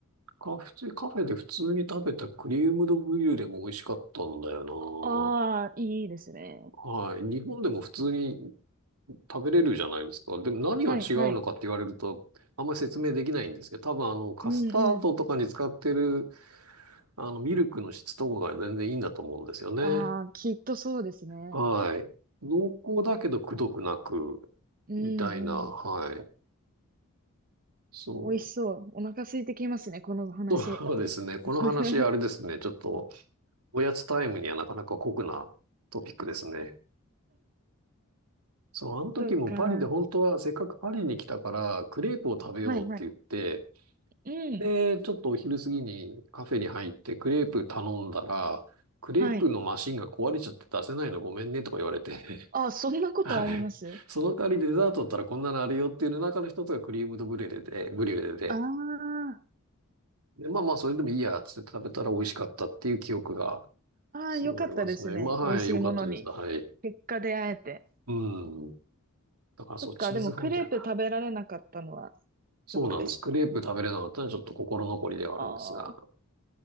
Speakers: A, on the right (about 85°); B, on the right (about 40°).
A: カフェ、カフェで普通に食べたクリームドブリュレも美味しかったんだよ
B: ああ、いいですね。
A: な。はい。日本でも普通に食べれるじゃないですか。でも何が違うのかって言われると、
B: はいはい。
A: あんまり説明できないんですけど、多分あの、カスタードとかに使ってる、
B: うんうん。
A: あの、ミルクの質とかが全然いいんだと思うんですよね。
B: ああ、きっとそうですね。
A: はい。濃厚だけどくどくなく、
B: うんうん。
A: みたいな、はい。そう。
B: 美味しそう。お腹空いてきますね、この話。
A: そうですね。この話、
B: <laughs>
A: あれですね。ちょっと、おやつタイムにはなかなか酷なトピックですね。そう、あの時もパリで本当はせっかくパリに来たから、
B: そっか。
A: クレープを食べようって言って、
B: はいはい。うん。
A: で、ちょっとお昼過ぎにカフェに入ってクレープ頼んだら、クレープのマシンが壊れちゃって出せないのごめんねとか言われて、
B: はい。あ、
A: <laughs>
B: そんなことあります
A: はい。その代わりデザートだったらこんなのあるよっていうの中の一つがクリームドブリュレで、ブリュレで、
B: ああー。
A: で、まあまあそれでもいいやっつって食べたら美味しかったっていう記憶が
B: ああ、
A: すごいありますね。
B: よかったですね。
A: まあはい、
B: 美味しいものに。
A: 良かったです。はい。
B: 結果出会えて。
A: うん。だからそう、
B: そっか、
A: チーズフォンデュな。
B: でもクレープ食べられなかったのはシ
A: そうなんです。
B: ョックですね。
A: クレープ食べれなかったのはちょっと心残りではあるんですが、
B: ああ、